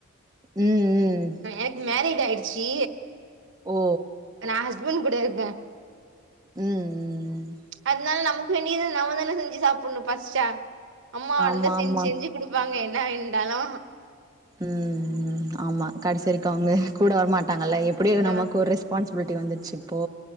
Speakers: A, on the right (about 15°); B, on the right (about 55°).
A: ம் ம்
B: எனக் மேரேஜ் ஆய்டுச்சு
A: ஓ
B: நா ஹஸ்பண்ட் கூட இருக்கே
A: ம் ம் ம்
B: அதுனால நமக்கு வேண்டியத நம்ம தானே செஞ்சு சாப்புட்ணு பாசிச்சா அம்மா வந்து
A: ஆமா
B: செஞ்சு
A: ஆமா
B: செஞ்சு குடுப்பாங்க என்ன வேண்டாலு
A: ம் ஆமா கடைசி வரைக்கு அவுங்க கூட வரமாட்டாங்கல்ல எப்டியு
B: ஆ
A: நமக்கு ஒரு ரெஸ்பான்சிபிலிட்டி வந்துட்ச்சு இப்போ